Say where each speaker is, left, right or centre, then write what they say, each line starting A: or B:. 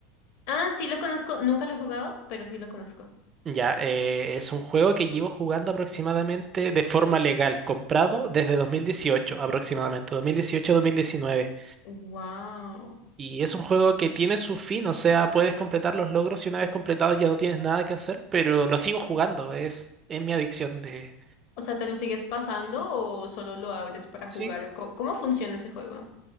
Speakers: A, on the left; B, on the right.
A: Ah, sí lo conozco, nunca lo he jugado, pero sí lo conozco.
B: Ya, eh, es un juego que llevo jugando aproximadamente de forma legal, comprado desde 2018, aproximadamente, 2018-2019.
A: Wow.
B: Y es un juego que tiene su fin, o sea, puedes completar los logros y una vez completados ya no tienes nada que hacer, pero lo sigo jugando, es, es mi adicción de...
A: O sea, ¿te lo sigues pasando o solo lo abres para jugar?
B: sí
A: ¿O co- ¿Cómo funciona ese juego?